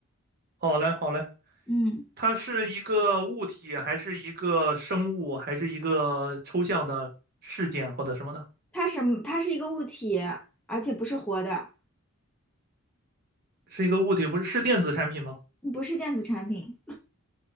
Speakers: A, on the right; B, in the centre.
A: 好嘞好嘞，
B: 嗯，
A: 它是一个物体，还是一个生物，还是一个抽象的事件或者什么的？
B: 它什么？它是一个物体，而且不是活的，
A: 是一个物体，不是是电子产品吗？
B: 不是电子产品，